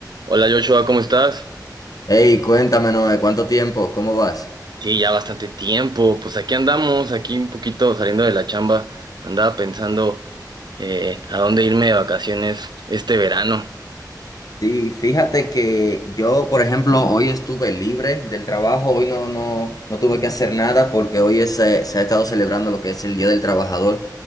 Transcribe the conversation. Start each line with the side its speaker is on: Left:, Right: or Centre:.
Right: Hola Joshua, ¿cómo estás?
Left: Hey, cuéntame, Noé, ¿cuánto tiempo? ¿Cómo vas?
Right: Sí, ya bastante tiempo. Pues aquí andamos, aquí un poquito saliendo de la chamba. Andaba pensando eh, a dónde irme de vacaciones este verano.
Left: Sí, fíjate que yo, por ejemplo, hoy estuve libre del trabajo, hoy no, no, no tuve que hacer nada porque hoy es, eh, se ha estado celebrando lo que es el Día del Trabajador.